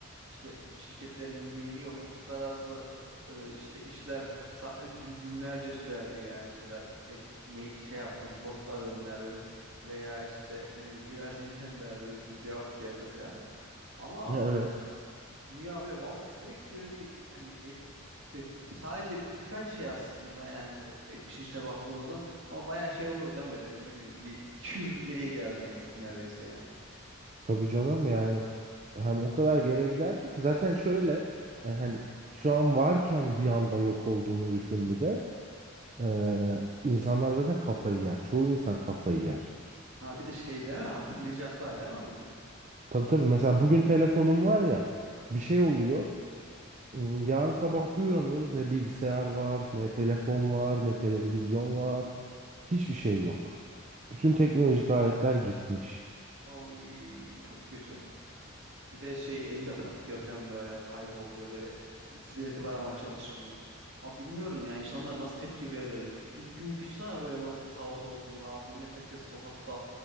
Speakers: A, on the right; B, on the right.
A: İşte şirketlerin e-maili yok. Uluslararası e, işte işler sa- gü- günlerce sürerdi yani. Mesela yok me- şey attın, posta gönderdin veya işte ne bileyim güvercin <laughs> gönderdin işte cevap geldi falan. Ama
B: Evet.
A: Dünya böyle bam e, direkt böyle bir hani e, işte sadece birkaç şey aslında yani o e, işin içine baktığımızda ama bayağı şey olurdu değil mi? böyle ne bileyim bir 200 yıl geriye giderdi neyse, neredeyse yani.
B: Tabii canım yani hem o kadar geriye giderdim ki zaten şöyle e, hani şu an varken bir anda yok olduğunu düşün bir de Ee, insanlar zaten kafayı yer. Çoğu insan kafayı yer.
A: Ha bir de şey değil mi? Hatırlayacaklar değil mi bunu?
B: Tabii tabii. Mesela bugün telefonum var ya bir şey oluyor. Hmm, Yarın sabah bir uyanıyoruz. Ne bilgisayar var, ne telefon var, ne televizyon var. Hiçbir şey yok. Bütün teknolojik aletler gitmiş.
A: Oy çok kötü. Bir de şey elinde patlıyor falan böyle kayboluyor böyle silüeti var ama çalışmıyor. Abi bilmiyorum ya insanlar nasıl tepki verirlerdi. İlk gün bir düşünsene böyle nasıl bir kaos olduğunu. Abi millet herkes sokakta.